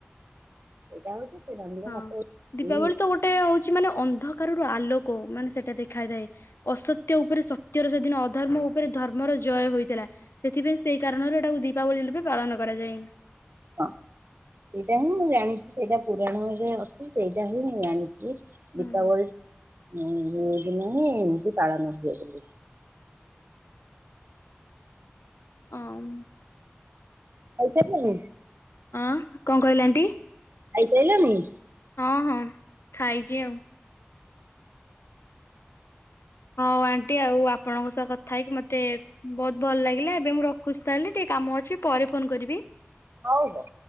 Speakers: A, on the right; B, on the left.
A: ଏଇଟା ହଉଛି ପୌରାଣିକ
B: ହଁ
A: ମତ
B: ଦୀପାବଳି
A: ଭି।
B: ତ ଗୋଟେ ହଉଛି ମାନେ ଅନ୍ଧକାରରୁ ଆଲୋକ ମାନେ ସେଟା ଦେଖାଯାଏ। ଅସତ୍ୟ ଉପରେ ସତ୍ୟର ସେଦିନ ଅଧର୍ମ ଉପରେ ଧର୍ମର ଜୟ ହୋଇଥିଲା। ସେଥିପାଇଁ ସେଇ କାରଣରୁ ଏଟାକୁ ଦୀପାବଳି ରୂପେ ପାଳନ କରାଯାଏ।
A: ହଁ ସେଇଟା ହିଁ ମୁଁ ଜାଣିଛି ସେଇଟା ପୁରାଣରେ ଅଛି ସେଇଟା ହିଁ ମୁଁ ଜାଣିଛି।
B: ହଁ
A: ଦୀପାବଳି ଦିନ ହିଁ ଏମିତି ପାଳନ ହୁଏ ବୋଲି।
B: ଆମ।
A: ପଇସା ଦେଲେ।
B: ଆ କଣ କହିଲେ ଆଣ୍ଟି?
A: ଖାଇସାଇଲନି?
B: ହଁ ହଁ ଖାଇଛି ଆଉ। ହଉ ଆଣ୍ଟି ଆଉ ଆପଣଙ୍କ ସହ କଥା ହେଇକି ମତେ ବହୁତ ଭଲ ଲାଗିଲା ଏବେ ମୁଁ ରଖୁଛି ତାହେଲେ ଟିକେ କାମ ଅଛି ପରେ ଫୋନ କରିବି।
A: ହଉ ହଉ।